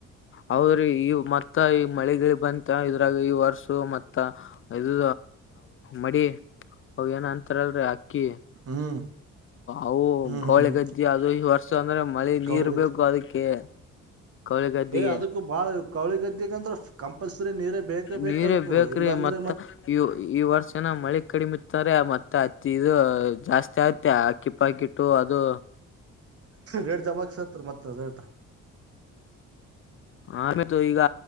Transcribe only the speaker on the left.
ಹೌದ್ರಿ ಈ ಮತ್ತ ಈ ಮಳೆಗಳಿಗೆ ಬಂತ ಇದ್ರಾಗ ಈ ವರ್ಸ ಮತ್ತ ಇದು ಮಡಿ ಅವ ಏನ ಅಂತಾರಲ್ರಿ ಅಕ್ಕಿ
ಅವು
ಗೋಳೆಗದ್ದ
ಅದು ಈ ವರ್ಷ ಅಂದ್ರೆ ಮಳೆ ನೀರ್
ಬೇಕು ಅದಕ್ಕೆ ಕೌಳಿಗದ್ದೆಗೆ
ನೀರೇ
ಬೇಕ್ರಿ
ಮತ್ತ ಈ ವರ್ಷಏನ ಮಳೆ ಕಡಿಮಿ ಇರ್ತಾರೆ ಮತ್ತೆ ಅತ್ತ ಇದು ಜಾಸ್ತಿ ಆಗುತ್ತೆ ಆಕಿ ಪ್ಪಾಕಿಟ್ಟು ಅದು
ಆಮೇು ಈಗ